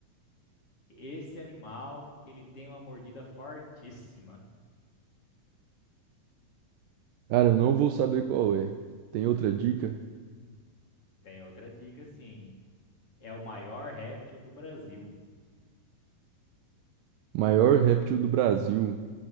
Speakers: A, on the left; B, on the right.
A: Esse animal, ele tem uma mordida fortíssima.
B: Cara, eu não vou saber qual é. Tem outra dica?
A: Tem outra dica, sim. É o maior réptil do Brasil.
B: Maior réptil do Brasil.